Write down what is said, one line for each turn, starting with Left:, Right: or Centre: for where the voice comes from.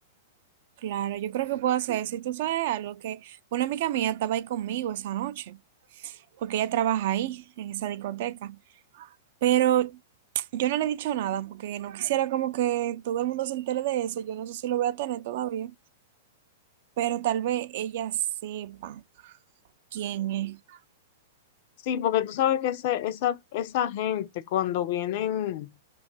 Right: claro, yo creo que puedo hacer eso. Y tú sabes algo que una amiga mía estaba ahí conmigo esa noche, porque ella trabaja ahí, en esa discoteca. Pero yo no le he dicho nada porque no quisiera como que todo el mundo se entere de eso. Yo no sé si lo voy a tener todavía. pero tal vez ella sepa quién es.
Left: Sí, porque tú sabes que ese- esa, esa gente cuando vienen